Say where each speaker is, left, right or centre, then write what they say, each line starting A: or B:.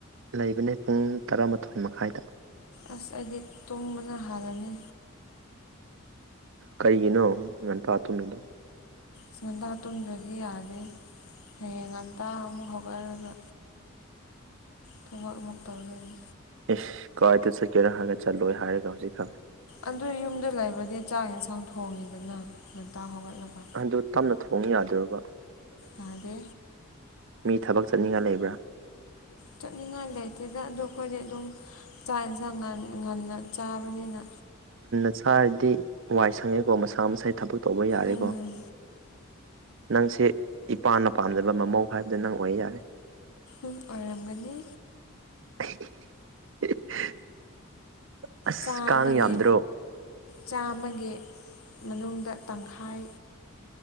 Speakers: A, on the right; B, on the left.
A: ꯂꯩꯕꯅꯦ ꯄꯨꯡ ꯇꯔꯥꯃꯥꯊꯣꯏ ꯃꯈꯥꯏꯗ
B: ꯑꯁ ꯑꯩꯗꯤ ꯇꯣꯡꯕꯅ ꯍꯥꯜꯂꯅꯤ
A: ꯀꯩꯒꯤꯅꯣ ꯉꯟ ꯇ ꯇꯨꯝꯃꯤꯗꯨꯣ
B: ꯑ ꯉꯟꯇꯥ ꯇꯨꯝꯗ꯭ꯔꯗꯤ ꯌꯥꯗꯦ ꯍꯌꯦꯡ ꯉꯟꯇꯥ ꯑꯃꯨꯛ ꯍꯧꯒꯠꯂꯒ ꯊꯃꯛ ꯎꯃꯨ ꯇꯧꯒꯅꯤ
A: ꯑꯦꯁ ꯀꯥꯏꯗ ꯆꯠꯀꯦꯔꯥ ꯍꯥꯏꯔꯒ ꯆꯠꯂꯣꯏ ꯍꯥꯏꯔꯒ ꯍꯧꯖꯤꯛꯀ
B: ꯑꯗꯨ ꯌꯨꯝꯗ ꯂꯩꯕꯗꯤ ꯆꯥꯛ ꯌꯦꯟꯁꯥꯡ ꯊꯣꯡꯉꯤꯗꯅ ꯉꯟꯇꯥ ꯍꯧꯒꯠꯂꯒ
A: ꯑꯗꯨ ꯇꯞꯅ ꯊꯣꯡ ꯌꯥꯗꯣꯏꯕ
B: ꯌꯥꯗꯦ
A: ꯃꯤ ꯊꯕꯛ ꯆꯠꯅꯤꯡꯉ ꯂꯩꯕ꯭ꯔꯥ
B: ꯆꯠꯅꯤꯡꯉꯥꯏ ꯂꯩꯇꯦꯗ ꯑꯗꯣ ꯑꯩꯈꯣꯏꯗꯤ ꯑꯗꯨꯝ ꯆꯥꯛ ꯌꯦꯟꯁꯥꯡ ꯉꯥꯟ ꯉꯟꯅ ꯆꯥꯕꯅꯤꯅ
A: ꯁꯥꯔꯗꯤ ꯋꯥꯏ ꯁꯪꯉꯦꯀꯣ ꯃꯁꯥ ꯃꯁꯥ ꯊꯕꯛ ꯇꯧꯕ ꯌꯥꯔꯦꯀꯣ
B: ꯎꯝ
A: ꯅꯪꯁꯦ ꯏꯄꯥꯅ ꯄꯥꯝꯖꯕ ꯃꯃꯧ ꯍꯥꯏꯕꯗꯤ ꯅꯪ ꯑꯣꯏ ꯌꯥꯔꯦ
B: ꯑꯣꯏꯜꯔꯝꯒꯅꯤ
A: <unintelligible> ꯑꯁ
B: ꯆꯥꯝꯃꯒꯤ
A: ꯀꯥꯡ ꯌꯥꯝꯗ꯭ꯔꯣ
B: ꯆꯥꯝꯃꯒꯤ ꯃꯅꯨꯡꯗ ꯇꯪꯈꯥꯏ